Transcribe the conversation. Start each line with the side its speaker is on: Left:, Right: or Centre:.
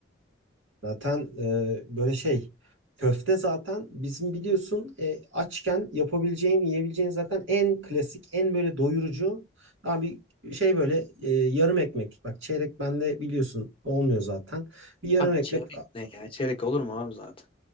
Right: Zaten e, böyle şey köfte zaten bizim biliyorsun e, açken yapabileceğin yiyebileceğin zaten en klasik en böyle doyurucu abi şey böyle e, yarım ekmek bak çeyrek bende biliyorsun olmuyor zaten bir yarım
Left: Abi
Right: ekmek
Left: çeyrek ne ya? Çeyrek olur mu abi zaten?